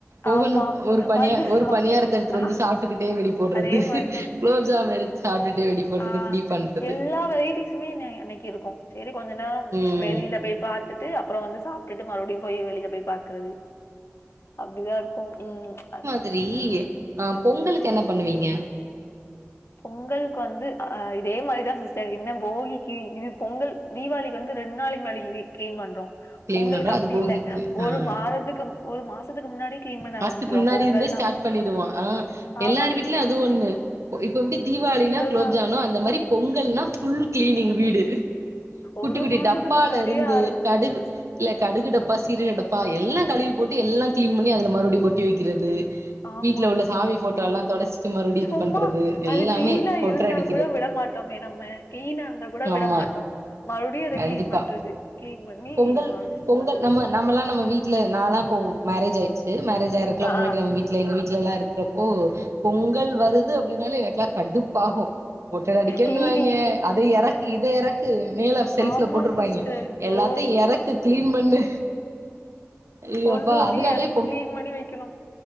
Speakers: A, on the right (about 75°); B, on the left (about 60°).
A: ஒவ்வொன்னு
B: ஆமா.
A: ஒரு பணியா
B: வந்து
A: ஒரு
B: சாப்ட்டு
A: பணியாரத்த எடுத்துட்டு
B: ஆ
A: வந்து சா ப்ட்டுக்கிட்டே வெடி போடுறது
B: அதே மாரிதான்.
A: குலோப்ஜாம் எடுத் சாப்ட்டுட்டே வெடி போடுறது
B: ஆ
A: இப்டி பண்றது
B: எல்லா வெரைட்டீஸுமே இன்ன அன்னைக்கி இருக்கு சேரி கொஞ்ச நேரோ
A: ம்
B: வெளில போய் பாத்துட்டு அ ப்றோ வந்து சாப்ட்டுட்டு மறுபடியு போயி வெளில போய் பாக்குறது அப்டிதா இருக்கு ம் அ
A: செரி ஆ பொங்கலுக்கு என்ன பண்ணுவீங்க
B: பொங்கல்க்கு வந்து அ ஆ இதே மாரிதா சிஸ்டர் என்ன போகிக்கி இது பொங்கல் தீவாளிக்கு வந்து ரெண்டு நாளைக்கி முன்னாடி <unintelligible> கிளீன் பண்றோ
A: கிளீன்
B: பொங்கலுக்கு
A: பண்றோ
B: அப்பிடி
A: அது போகிக்கு
B: இல்ல ஒரு
A: ஆ
B: மாதத்துக்கு ஒரு மாசத்துக்கு முன்னாடி க்ளீன் பண்ண
A: மாசத்துக்கு
B: ஆரம்பிச்சுருவோம்
A: முன்னாடி
B: பொங்கல்னா.
A: இருந்தே ஸ்டார்ட் பண்ணிடுவோ ஆ
B: ஆமா
A: எல்லார் வீட்லயு
B: சிஸ்டர்.
A: அது ஒண்ணு பொ இப்ப எப்டி தீவாளினா
B: பொங்கல்னா
A: குலோப்ஜானோ அந்த மாரி பொங்கல்னா ஃபுல் கிளீனிங் வீடு குட்டி
B: ஒரு
A: குட்டி
B: மாசத்துக்கு
A: டப்பால
B: முன்னாடியே
A: இருந்து
B: ஆரம்பிச்சிருவோ
A: கடுகு
B: சிஸ்டர்
A: இல்ல கடுகு டப்பா சீரக டப்பா எல்லா கழுவி போட்டு எல்லா கிளீன் பண்ணி அதுல மறுபடியு கொட்டி வைக்கிறது
B: ஆமா
A: வீட்ல உள்ள சாமி ஃபோட்டோ எல்லா தொடச்சிட்டு மறுபடி இது
B: சும்மா
A: பண்றது எல்லாமே
B: அது கிளீனா
A: ஒட்ர
B: இருந்தா
A: அடி
B: கூட விடமாட்டோமே நம்ம க்ளீனா இருந்தா கூட விடமாட்டோ
A: ஆமா
B: மறுபடியு அத
A: கண்டிப்பா
B: கிளீன் பண்றது கிளீன் பண்ணி
A: பொங்கல்
B: மறுபடியு சுத்தம்
A: பொங்கல்
B: பண்றது
A: நம்ம நம்மல்லா நம்ம வீட்ல நால்லா அப்போ மேரேஜ் ஆயிருச்சு மேரேஜ் ஆகுறதுக்குலா
B: ஆ
A: முன்னாடி
B: ஆ
A: நம்ம வீட் ல எங்க வீட்ல எல்லா இருக்குறப்போ பொங்கல் வருது அப்டின்னாலே எனக்கெல்லா கடுப்பாகு ஒட்டட அடிக்கணுனுவாய்ங்க
B: கிளீனிங்க்கு
A: அத எறக்கு இத எறக்கு மேல செல்ஃப்ல
B: ஆமா
A: போட்ருப்பாய்ங்க
B: சிஸ்டர் ஐயோ
A: எல்லாத்தையு எறக்கு கிளீன் பண்ணு ஐயோ
B: ஒண்ணு
A: அப்பா
B: ஒண்ணையு
A: அதுனாலயே
B: எறக்கி கிளீன் பண்ணி வைக்கணு